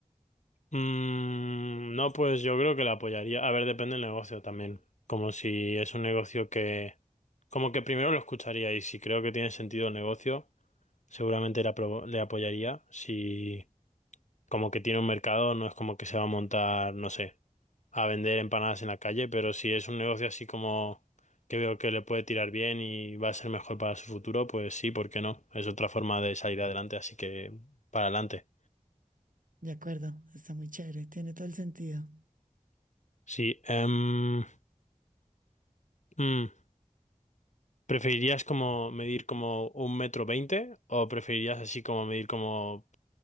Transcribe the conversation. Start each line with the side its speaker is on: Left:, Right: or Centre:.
Left: Mm, no, pues yo creo que la apoyaría. A ver, depende del negocio también. Como si es un negocio que... Como que primero lo escucharía y si creo que tiene sentido el negocio, seguramente le, apro- le apoyaría. Si como que tiene un mercado, no es como que se va a montar, no sé. a vender empanadas en la calle, pero si es un negocio así como que veo que le puede tirar bien y va a ser mejor para su futuro, pues sí, ¿por qué no? Es otra forma de salir adelante, así que para adelante.
Right: De acuerdo, está muy chévere, tiene todo el sentido.
Left: Sí, em, mm, ¿preferirías como medir como un metro veinte o preferirías así como medir como